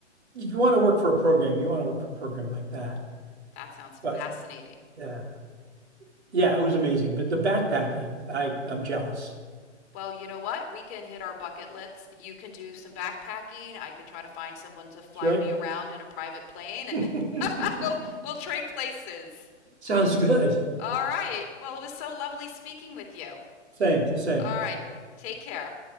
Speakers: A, on the right (about 65°); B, on the left (about 30°).
A: if you want to work for a program, you want to work for a program like that.
B: That sounds
A: But
B: fascinating.
A: yeah, yeah, it was amazing. But the backpacking, I I'm jealous.
B: Well, you know what? We can hit our bucket lists. You can do some backpacking. I can try to find someone to fly
A: That's
B: me around in a private plane and
A: right.
B: <laughs> we'll
A: <laughs>
B: we'll trade places.
A: Sounds good.
B: All right. Well, it was so lovely speaking with you.
A: Same, the same.
B: All right. Take care.